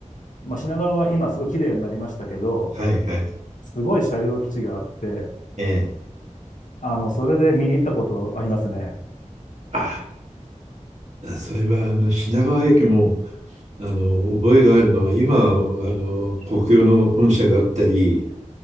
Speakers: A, on the left; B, on the right.
A: まあ、品川は今すごい綺麗になりましたけど、
B: はいはい。
A: すごい車両基地があって、
B: ええ。
A: あの、それで見に行ったことありますね。
B: ああ、そういえば、あの、品川駅も、あの、覚えがあるのは、今、あの、国用の本社があったり、